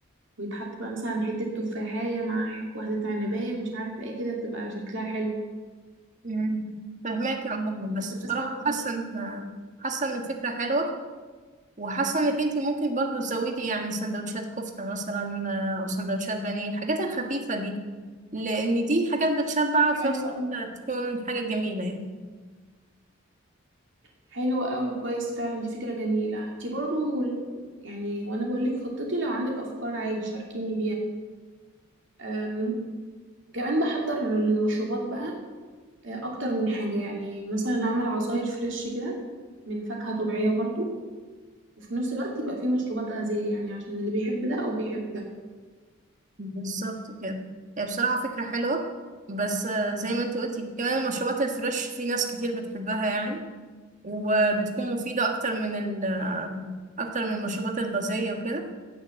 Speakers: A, on the right; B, on the right.
A: ويتحط بقى مثلا حتة تفاحية مع ح- واحدة عنباية مش عارفة ايه كده بتبقى شكلها حلو
B: مم. فهماكي عموما بس
A: بالنسبة
B: بصراحة
A: للمشروب
B: حاسة إن حاسة إن الفكرة حلوة وحاسة إنك أنت ممكن برضو تزودي يعني سندوتشات كفتة مثلا آه، أو سندوتشات بانيه الحاجات الخفيفة دي لأن دي حاجات بتشبع وفي
A: حلو
B: نفس
A: أوي
B: الوقت تكون حاجة جميلة يعني
A: حلو أوي كويس فعلا دي فكرة جميلة دي برضو يعني وأنا بقولك خطتي لو عندك أفكار عادي شاركيني بيها كمان بحضر المشروبات بقى آه، اكتر من حاجة يعني مثلا اعمل عصاير فريش كده من فاكهة طبيعية برضو وفي نفس الوقت يبقى فيه مشروبات غازية يعني عشان اللي بيحب ده او بيحب ده
B: بالظبط كده هي بصراحة فكرة حلوة بس آه، زي ما أنت قلتي كمان المشروبات الفريش في ناس كتير بتحبها يعني وبتكون مفيدة أكتر من ال آه، أكتر من المشروبات الغازية وكده